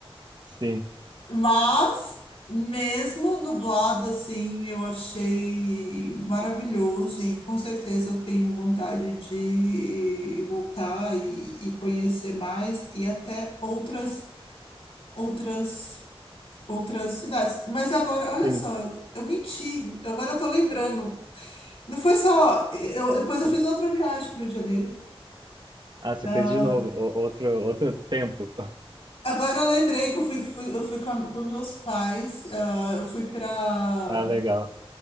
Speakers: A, on the right (about 50°); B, on the left (about 75°).
A: Sim,
B: Mas, mesmo nublado assim, eu achei maravilhoso e com certeza eu tenho vontade de voltar e, e conhecer mais e até outras outras outras cidades. Mas agora, olha
A: sim.
B: só, eu, eu menti. Agora eu tô lembrando. Não foi só, eu- depois eu fiz outra viagem para o Rio de Janeiro.
A: Ah, você
B: Ah,
A: fez de novo, o- outro, outro tempo. <laughs>
B: agora eu lembrei que eu fui, fui- eu fui com, a- com meus pais. ah, eu fui para
A: Ah, legal.